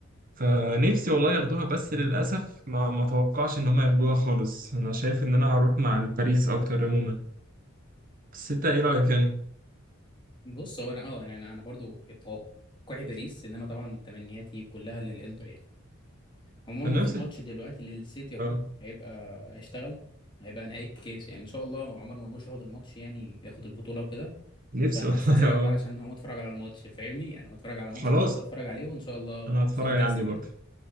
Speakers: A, on the right (about 45°); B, on the left (about 25°).
A: فنفسي والله ياخدوها بس للاسف ما ما توقعش ان هم ياخدوها خالص انا شايف ان انا هروح مع الباريس اكتر عموما بس انت ايه رايك يعني
B: بص هو انا اه يعني انا انا برضو توقعي باريس انما طبعا تمنياتي كلها للانتر يعني عموما
A: انا
B: هو في
A: نفسي
B: ماتش دلوقتي للسيتي اهو
A: اه
B: هيبقى هيشتغل هيبقى نهائي الكاس يعني ان شاء الله عمر مرموش ياخد الماتش يعني ياخد البطوله وكده
A: نفسي
B: فانا
A: والله <laughs>
B: هستاذنك بقى
A: اه
B: علشان هو اتفرج على الماتش فاهمني يعني هو اتفرج على ماتش
A: خلاص
B: كده وانت اتفرج عليه وان شاء الله
A: انا هتفرج
B: سيتي تكسب
A: عندي برضو
B: يعني